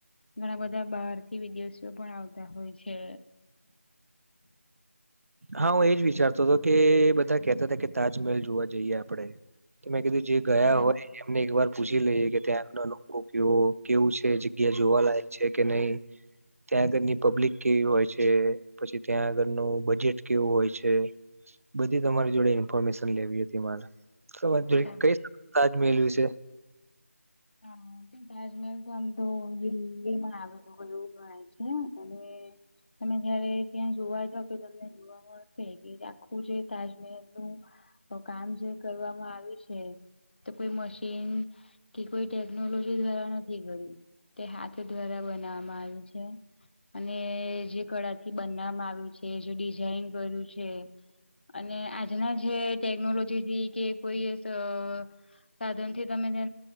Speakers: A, on the left (about 45°); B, on the right (about 75°).
A: ઘણા બધા બહાર થી વિદેશીઓ પણ આવતા હોય છે.
B: હા હું એજ વિચારતો હતો કે બધા કેતા હતા કે તાજમહેલ જોવા જઈએ આપણે તો મેં કીધું જે ગયા
A: બરાબર
B: હોય એને <unintelligible> ને એક વાર પૂછી લઈએ કે ત્યાંના લોકો કેવ કેવું છે જગ્યા જોવાલાયક છે કે નય ત્યાં આગળની પબ્લિક કેવી હોય છે પછી ત્યાં આગળનું બજેટ કેવું હોય છે બધી તમારી જોડે ઇન્ફોર્મેશન લેવી હતી મારે ખબર
A: બરાબર.
B: છે કઈ તાજમહેલ વિશે
A: હા તે તાજમહેલ તો આમ તો દિલ્હી માં આવેલું હોય એવું ગણ છે અને. તમે જયારે ત્યાં જોવા જાવ તો તમને જોવા મળશે કે આખું જે તાજમહેલ નું તો કામ જે કરવામાં આવ્યું છે તો કોઈ મશીન કે કોઈ ટેકનોલોજી દ્વારા નથી કર્યું તે હાથ દ્વારા બનાવવામાં આવ્યું છે. અને જે કળાથી બનાવામાં આવ્યું છે જે ડિઝાઇન કર્યું છે અને આજના જે ટેકનોલોજી થી કે કોઈ સર સાધન થી તમે તે